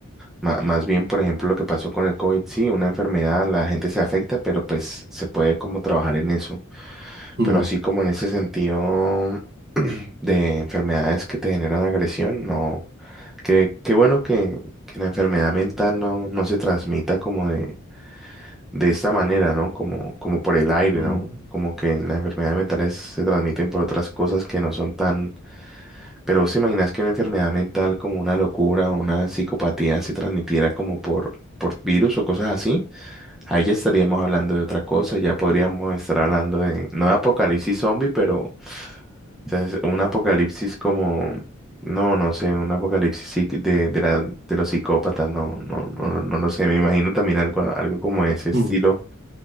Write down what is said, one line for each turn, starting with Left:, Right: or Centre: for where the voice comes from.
Centre: ma- más bien, por ejemplo, lo que pasó con el COVID, sí, una enfermedad, la gente se afecta, pero pues se puede como trabajar en eso.
Right: Mm,
Centre: Pero así como en ese sentido <clears throat> de enfermedades que te generan agresión, no. Qué, qué bueno que, que la enfermedad mental no, no se transmita como de, de esta manera, ¿no? Como, como por el aire,
Right: mm,
Centre: ¿no? Como que las enfermedades mentales se transmiten por otras cosas que no son tan... Pero ¿vos te imaginas que una enfermedad mental como una locura o una psicopatía se transmitiera como por, por virus o cosas así? Ahí ya estaríamos hablando de otra cosa, ya podríamos estar hablando de, no de apocalipsis zombie, pero o sea, es un apocalipsis como, no, no sé, un apocalipsis psic- de, de, la, de los psicópatas, no, no, no, no lo sé. Me imagino también algo, algo como ese estilo
Right: mm.